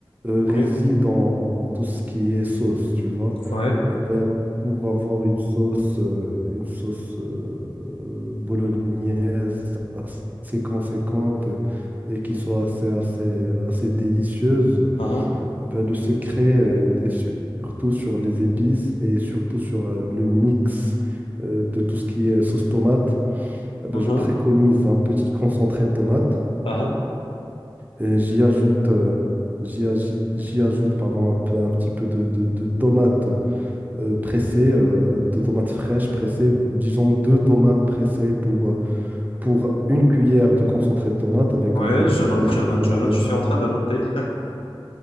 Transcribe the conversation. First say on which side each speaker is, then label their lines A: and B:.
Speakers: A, on the right (about 20°); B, on the left (about 85°).
A: euh, réside
B: Oui.
A: en, en tout ce qui est sauce, tu vois.
B: Ouais,
A: Eh ben, pour avoir une sauce, euh, une sauce euh, bolognaise assez conséquente et qui soit assez, assez, assez délicieuse,
B: Uh-huh,
A: ben, de se créer euh, et su- surtout sur les épices et surtout sur euh, le mix euh, de tout ce qui est sauce tomate, eh ben,
B: uh-huh,
A: je préconise un petit concentré de tomate
B: uh-huh.
A: et j'y ajoute. euh, J'y agite- j'y ajoute pardon, un peu- un petit peu de, de, de tomates euh, pressées, euh, de tomates fraîches pressées, disons deux tomates pressées pour, euh, pour une cuillère de concentré de tomate avec
B: Ouais,
A: un, un-
B: je note, je note,
A: un-
B: je
A: un
B: note,
A: verre.
B: je suis en train de noter.